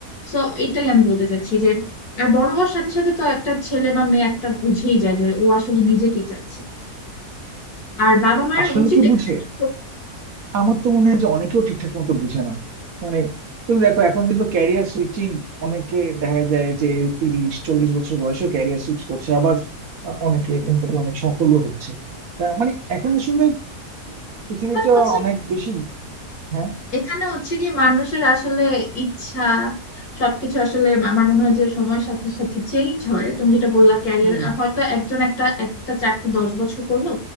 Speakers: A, on the left (about 70°); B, on the right (about 65°).
A: সো এটাই আমি বলতে চাচ্ছি যে আর বড় হওয়ার সাথে সাথে তো একটা ছেলে বা মেয়ে একটা বুঝেই যায় যে ও আসলে নিজে কি চাচ্ছে আর বাবা মায়ের
B: আসলে
A: উচিত
B: কি
A: এখানে
B: বুঝে
A: একটা
B: আমার তো মনে হয় যে অনেকেও ঠিকঠাক মতো বুঝে না মানে তুমি দেখো এখন কিন্তু ক্যারিয়ার সুইচিং অনেকে দেখা যায় যে তিরিশ চল্লিশ বছর বয়সে ক্যারিয়ার সুইচ করছে আবার আহ, অনেকে এখান থেকে অনেক সফলও হচ্ছে তা মানে এখন আসলে পৃথিবীটা
A: প্রথা আছে
B: অনেক বেশি হ্যাঁ
A: এখানে হচ্ছে কি মানুষের আসলে ইচ্ছা সবকিছু আসলে আমার মনে হয় যে সময়ের সাথে সাথে চেঞ্জ হয় তুমি যেটা বললা ক্যারিয়ার
B: হুম
A: হয়তো একজন একটা একটা চাকরি দশ বছর করলো